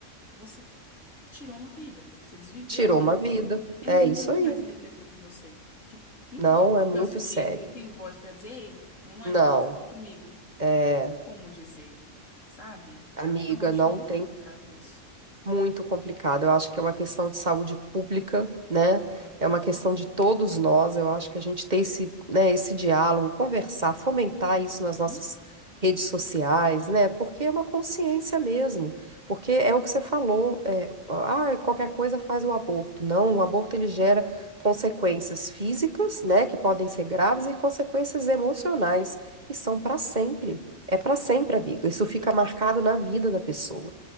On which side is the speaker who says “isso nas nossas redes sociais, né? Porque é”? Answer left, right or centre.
Right